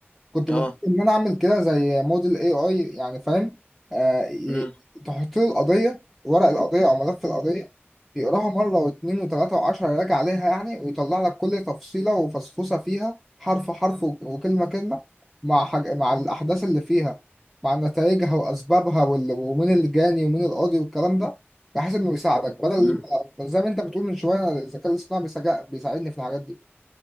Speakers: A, in the centre; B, on the left (about 25°).
A: كنت
B: اه
A: بفكر ان انا اعمل كده زي موديل اي اي يعني فاهم آه ي-
B: امم
A: تحط له القضيه ورق القضيه او ملف القضيه يقراها مره واثنين وثلاثه وعشره يراجع عليها يعني ويطلع لك كل تفصيله وفصفصه فيها حرف حرف وك- وكلمه كلمه مع حاج... مع الاحداث اللي فيها مع نتائجها واسبابها وال... ومين الجاني ومين القاضي والكلام ده بحيث انه يساعدك بدل
B: إمم.
A: زي ما انت بتقول من شويه الذكاء الاصطناعي بيساعد- بيساعدني في الحاجات دي